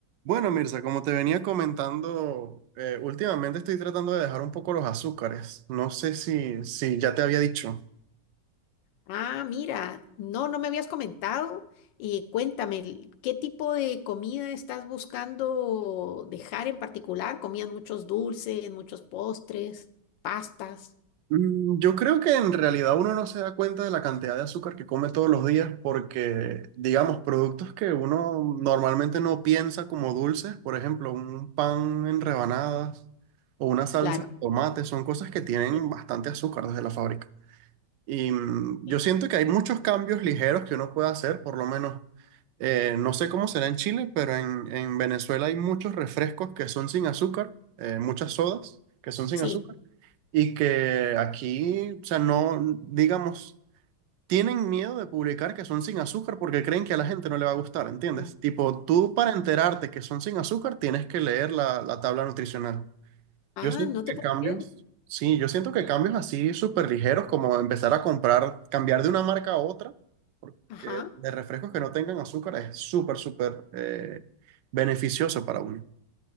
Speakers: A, on the right; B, on the left.
A: Bueno, Mirza, como te venía comentando, eh, últimamente estoy tratando de dejar un poco los azúcares. No sé si, si ya te había dicho.
B: Ah, mira, no, no me habías comentado. Y cuéntame, ¿qué tipo de comida estás buscando dejar en particular? ¿Comían muchos dulces, muchos postres, pastas?
A: Mm, Yo creo que en realidad uno no se da cuenta de la cantidad de azúcar que come todos los días porque, digamos, productos que uno normalmente no piensa como dulces, por ejemplo, un pan en rebanadas o una salsa
B: Claro.
A: de tomate, son cosas que tienen
B: Sí,
A: bastante azúcar desde la fábrica. Y mm,
B: sí.
A: yo siento que hay muchos cambios ligeros que uno puede hacer, por lo menos, eh, no sé cómo será en Chile, pero en, en Venezuela hay muchos refrescos que son sin azúcar, eh, muchas sodas que son sin
B: sí.
A: azúcar, y que aquí, o sea, no, digamos, tienen miedo de publicar que son sin azúcar porque creen que a la gente no le va a gustar, ¿entiendes?
B: Mm.
A: Tipo, tú para enterarte que son sin azúcar tienes que leer la, la tabla nutricional.
B: Ah,
A: Yo siento
B: no te
A: que
B: puedo
A: cambios,
B: creer.
A: sí, yo siento que cambios así súper ligeros, como empezar a comprar, cambiar de una marca a otra, porque
B: Ajá.
A: de refrescos que no tengan azúcar es súper, súper eh, beneficioso para uno.